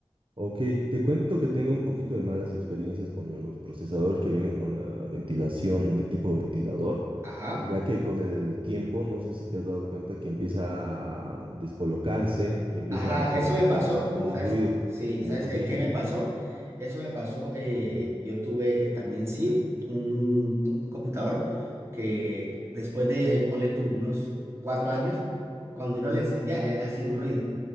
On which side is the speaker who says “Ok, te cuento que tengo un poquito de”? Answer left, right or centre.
Right